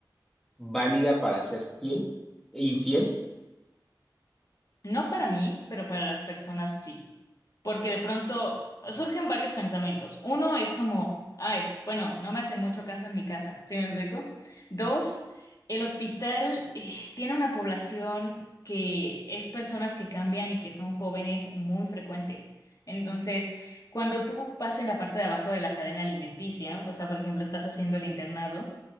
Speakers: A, in the centre; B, on the left.
A: válida para ser fiel e infiel.
B: no para mí, pero para las personas sí. porque de pronto surgen varios pensamientos. Uno es como, ay, bueno, no me hacen mucho caso en mi casa, ¿sí me explico? Dos, el hospital eh, tiene una población que es personas que cambian y que son jóvenes muy frecuente. Entonces, cuando tú vas en la parte de abajo de la cadena alimenticia, o sea, por ejemplo, estás haciendo el internado,